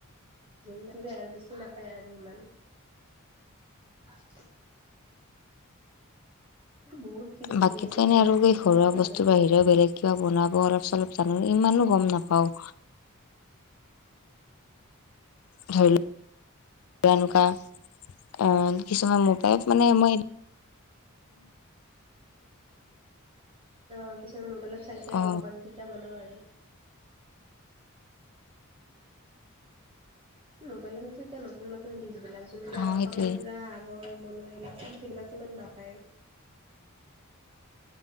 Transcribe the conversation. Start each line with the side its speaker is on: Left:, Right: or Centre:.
Right: ল যায় আৰু বেছি নাপায় আৰু ইমান আ <unintelligible> বহুত কিবা কিবি
Left: বাকীতো
Right: আছে
Left: এনে
Right: বনাবতো
Left: আৰু এই ঘৰুৱা
Right: বেছি নাজানো
Left: বস্তুৰ বাহিৰেও
Right: বাৰু।
Left: বেলেগ কিবা বনাব অলপ চলপ জানো ইমানো গম নাপাওঁ ধৰি লও এনকা এনকা অহ কিছুমান মোৰ পৰাই মানে মই
Right: অহ কিছুমান মোবাইলত চাই চাই
Left: অ
Right: গম পালো তেতিয়া বনাও আৰু মোবাইলত তো এতিয়া নতুন নতুন দিচ বিলাক যোনবিলাক
Left: অ
Right: অসমীয়া
Left: সেইটোয়ে
Right: পুৰা ৰ বনোৱা সিবিলাক চ সেইবিলাকতো ইমান নাপায় এ